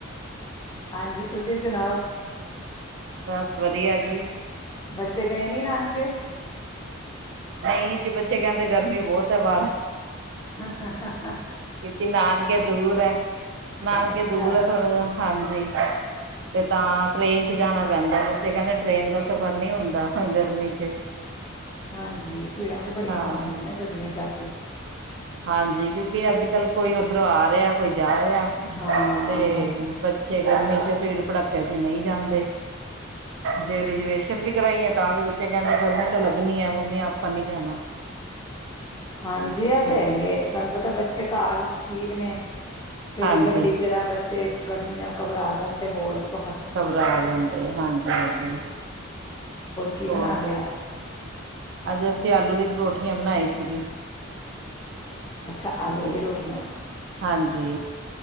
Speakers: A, on the left (about 20°); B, on the right (about 60°).
A: ਹਾਂਜੀ ਤੁਸੀਂ ਸੁਨਾਓ,
B: ਬਸ ਵਧੀਆ ਜੀ
A: ਬੱਚੇ ਗਏ ਨੀ ਨਾਨਕੇ?
B: ਨਹੀਂ ਜੀ ਬੱਚੇ ਕਹਿੰਦੇ ਗਰਮੀ ਬਹੁਤ ਐ ਬਾਰ
A: ਹਾਂ ਹਾਂ ਹਾਂ ਹਾਂ
B: ਕਿਉਂਕਿ ਨਾਨਕੇ ਦੂਰ ਏ, ਨਾਨਕੇ
A: ਅੱਛਾ
B: ਦੂਰ ਐ ਥੋੜਾ ਜਾ, ਹਾਂਜੀ ਤੇ ਤਾਂ ਟ੍ਰੇਨ ਚ ਜਾਨਾ ਪੈਂਦੇ ਬੱਚੇ ਕਹਿੰਦੇ ਟ੍ਰੇਨ ਦਾ ਸਫ਼ਰ ਨਹੀਂ ਹੁੰਦਾ ਗਰਮੀ ਚ
A: ਹਾਂਜੀ, ਭੀੜਾਂ ਵੀ ਬੜੀਆਂ
B: ਹਾਂ
A: ਹੋ ਜਾਂਦੀਆਂ ਨਾ ਗੱਡੀਆਂ ਚ ਅੱਜ <unintelligible>
B: ਹਾਂਜੀ ਕਿਉਂਕਿ ਅੱਜ ਕੱਲ ਕੋਈ ਉੱਧਰੋਂ ਆ ਰਿਹਾ ਕੋਈ ਜਾ ਰਿਹਾ
A: ਹਾਂ
B: ਤੇ,
A: ਬਸ
B: ਬ ਜੇ ਗਰਮੀ ਚ ਪੀੜ ਪੜੱਕੇ ਚੱਕਰ ਚ ਨਹੀਂ ਜਾਂਦੇ ਜੇ ਰਜੂਏਸ਼ਨ ਵੀ ਕਰਾਈ ਆ ਤਾਂ ਵੀ ਬੱਚੇ ਕਹਿੰਦੇ ਗਰਮੀ ਤੇ ਲੱਗਨੀ ਐ ਮੰਮੀ ਆਪਾਂ ਨਹੀਂ ਜਾਨਾ
A: ਹਾਂਜੀ ਅ
B: ਹਾਂਜੀ
A: ਤੇ ਹੈ ਈਏ ਤੁਹਾਨੂੰ ਪਤ ਤਾਂ ਬੱਚੇ ਘਰ ਠੀਕ ਨੇ ਫੇਰ
B: ਹਾਂਜੀ
A: ਗੱਡੀ ਜਰਾ ਬੱਚੇ ਗਰਮੀ ਨਾਲ ਘਬਰਾ ਜਾਂਦ ਅਤੇ ਹੋਰ ਵ
B: ਘਬਰਾ ਜਾਂਦੇ, ਹਾਂਜੀ ਹਾਂਜੀ,
A: ਕੀ ਬਣਾ
B: ਹੋਰ?
A: ਲਿਆ ਅੱਜ
B: ਅੱਜ ਅਸੀਂ ਆਲੂ ਦੀ ਪਰੋਠੀਆਂ ਬਨਾਈ ਸੀਗੀ।
A: ਅੱਛਾ
B: ਹਾਂਜੀ
A: ਆਲੂ ਵਾਲੀ ਰੋਟੀਆਂ
B: ਹਾਂਜੀ